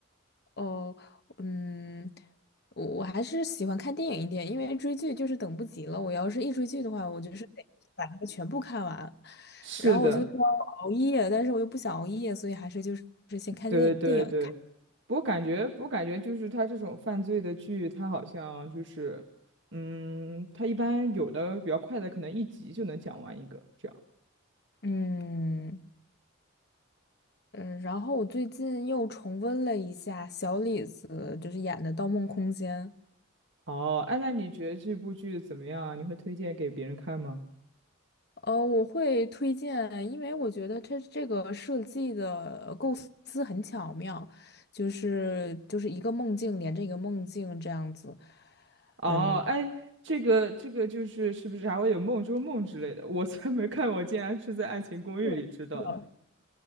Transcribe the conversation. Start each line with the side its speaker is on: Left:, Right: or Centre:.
Left: 哦，嗯，我我还是喜欢看电影一点，因为追剧就是等不及了。我要是一追剧的话，我就是得把它全部看完，
Right: 是的，
Left: 然后我就说熬夜，但是我又不想熬夜，所以还是就是是先看电电影看。
Right: 对对对。我感觉，我感觉就是他这种犯罪的剧，他好像就是，嗯，他一般有的比较快的，可能一集就能讲完一个这样。
Left: 嗯嗯，然后我最近又重温了一下小李子就是演的《盗梦空间》，
Right: 哦，哎，那你觉得这部剧怎么样啊？你会推荐给别人看吗？
Left: 呃，我会推荐，因为我觉得它这个设计的构思很巧妙，就是就是一个梦境连着一个梦境这样子，
Right: 哦，
Left: 嗯，
Right: 哎，这个这个就是是不是还会有《梦中梦》之类的？我才没看过我竟然是在《爱情公寓》里知道的。
Left: 是的